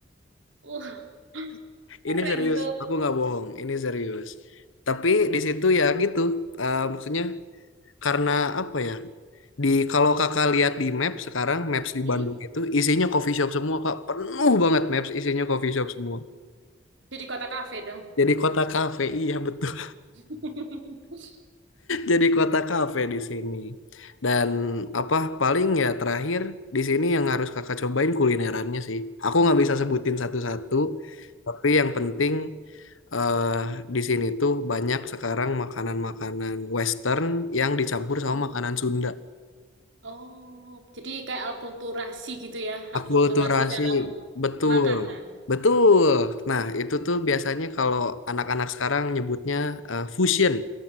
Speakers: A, on the right; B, on the left.
A: Wah
B: <laughs>
A: <laughs> keren
B: Ini serius,
A: tuh.
B: aku nggak bohong, ini serius. Tapi di situ ya gitu, eh, maksudnya karena apa ya? Di kalau kakak lihat di map sekarang, maps di
A: Hmm.
B: Bandung itu isinya coffee shop semua kak, penuh banget maps isinya coffee shop semua.
A: Jadi kota kafe dong.
B: Jadi kota kafe, iya betul.
A: <laughs>
B: Jadi kota kafe di sini. Dan apa paling ya terakhir di sini yang harus kakak cobain kulinerannya sih. Aku nggak bisa sebutin satu-satu, tapi yang penting eh di sini tuh banyak sekarang makanan-makanan Western yang dicampur sama
A: Hmm.
B: makanan Sunda.
A: Oh, jadi kayak alkulturasi gitu ya, alkulturasi
B: Akulturasi,
A: dalam
B: betul,
A: makanan.
B: betul. Nah itu tuh biasanya kalau anak-anak sekarang nyebutnya eh, fusion,